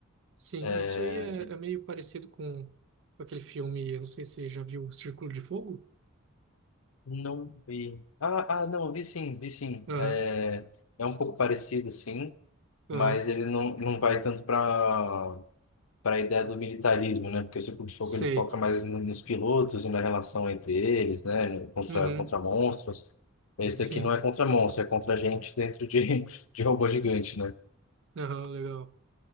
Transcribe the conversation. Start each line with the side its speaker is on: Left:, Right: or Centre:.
Right: Sim.
Left: É,
Right: Isso aí é, é meio parecido com com aquele filme, eu não sei se você já viu, Círculo de Fogo?
Left: não vi. Ah, ah, não, vi sim, vi sim.
Right: Aham.
Left: É, é um pouco parecido, sim,
Right: Aham.
Left: mas ele não, não vai tanto para para a ideia do militarismo, né? Porque o Círculo de Fogo
Right: Sei.
Left: ele foca mais no- nos pilotos e na relação entre eles, né? no- Contra,
Right: Uhum.
Left: contra monstros. Esse
Right: Sim.
Left: daqui não é contra monstro, é contra gente dentro de, <laughs> de robô gigante, né?
Right: Aham, legal.